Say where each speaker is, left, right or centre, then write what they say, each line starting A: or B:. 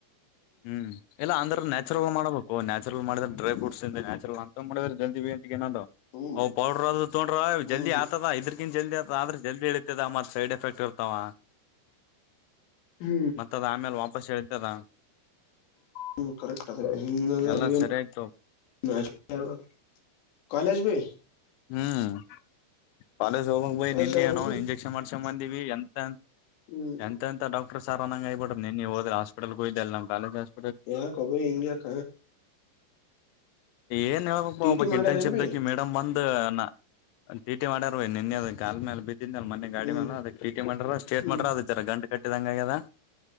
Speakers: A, on the left; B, on the left.
A: ಹ್ಮ್ ಎಲ್ಲ ಅ ನ್ಯಾರಲ್ ಮಾಡಬೇಕು ನ್ಯಾುರಲ್ ಮಾಡಿದ ಡ್ರೈ ಫ್ರೂಟ್ ಇ ನ್ಯಾಚುಲ್ ಅಂತ ಮಾಡಿದ್ರ ಜಲ್ದ.
B: ಹ್ಮ್
A: ಒಂದು ಪೌಡರ್ ಅದು ತೊಡ್ರ
B: ಹ್ಮ್
A: ಜಲ್ದಿ ಆತದ ಇದ್ರಕಿನ್ ಜಲ್ದಿ ಆತ. ಆದ್ರೆ ಜಲ್ದಿ ಇಳತದ ಮತ್ ಸೈಡ್ ಎಫೆಕ್ಟ್ ಇರ್ತಾವ
B: ಹ್ಮ್
A: ಮತ್ತದ್ ಆಮೇಲೆ ವಾಪಸ್ ಹೇಳತದಾ
B: ಹ್ಮ ಕರೆಕ್ಟ್ <unintelligible>
A: ಎಲ್ಲಾ ಸರಿಯಾಯ್ತು
B: ಹ ಕಾಲೇಜ ಪ
A: ಹ್ಮ್ ಪಾಲೇಸ ಹೋಗಂಗ ಬಯಿ
B: ಕಾಲೇಜ್
A: ನಿನ್ನೆ
B: ಅದ ಹೋಗ
A: ನೋ ಇಂಜೆಕ್ಷನ್ ಮಾಡ್ಸಕೊಂಡ್ ಬಂದೀವಿ ಎಂತ.
B: ಹ್ಮ್
A: ಎಂತ ಎಂತ ಡಾಕ್ಟರ್ ಸಾರ್ ಅಂಗಗೆ ಆ್ಬ ಬಿಟ್ಟು ನಿ ನೀ ಹದ್ರೆ ಹಸ್ಪಟಲ್ಗಯ್ದ ಅ ನ ಕಾಲೇಜಸ್
B: ಯಾ ಕಬ ಹಿಂಗ್ಯಾಕ
A: ಏನ್ ಹೇಳ್ಬೇಕಪ್ಪ
B: ಟಿ
A: ಒಬ್ಬಕ್
B: ಟಿ ಮಾಡ್ಯಾರೇನ್
A: ಇಂಟರ್ನ್ಶಿಪ್
B: ಭೈ
A: ದಕ ಮೇಡಮ್ ಬಂದ ನಾ ಟಿ ಟಿ ಮಾಡ್ಯಾರ ನಿನ್ನೆದ ಕಾಲ ಮೇಲೆ ಬಿತ್ತ. ಇಂದ ಅಲ್ ಮೆ ಗಾಡಿ
B: ಹ್ಮ್
A: ಮೇ ಅದ ಟಿ ಮಾಡ್ರ ಸ್ಟೇಟ್
B: ಹ್ಮ್
A: ಮಾಡ್ರ ಅದರ ಗಂಟ್ ಕಟ್ಟಿದಂಗಗೆ ಅದ.